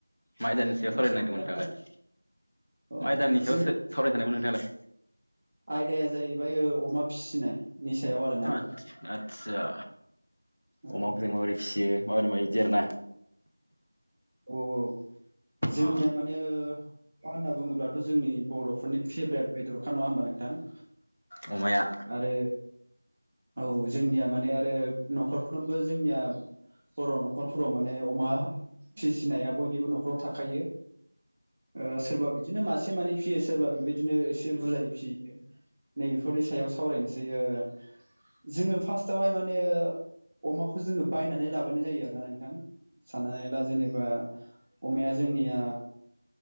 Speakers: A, on the left; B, on the right.
A: माइ दाननि
B: अ
A: सायाव सरायनो
B: सावरायजागोन।
A: नागिरदों नोंथांालाय
B: अ
A: माइदनि
B: जों
A: सायावसो सावरायखानायमोन नोंथालाय
B: आयदाया जाहैबाय अमा फिसिनाय नि सायाव आरो
A: <unintelligible> फिसियो
B: ओ
A: माबोरै मायो इदि आरोना।
B: औ औ जोंनिया
A: अ
B: मानो अमा होनना बुङोब्लाथ' जोंनि बर'फोरनि फेभरेट बेद'रखा नङा होनबा नोंथां?
A: अमाया
B: आरो औ जोंनिया माने आरो न'खरफ्रोमबो जोंनिया बर' न'खरफोराव माने अमा फिसिनाया बयनिबो न'खराव थाखायो। ओ सोरबा बिदिनो मासे मानै फियो सोरबा बेबायदिनो एसे बुरजायै फियो। नैबेफोरनि सायाव सावरायनोसै ओ जोङो फार्स्टावहाय माने अमाखौ जोङो बायनानै लाबोनाय जायो आरोना नोंथां। साननानै ला जेनेबा अमाया जोंनिया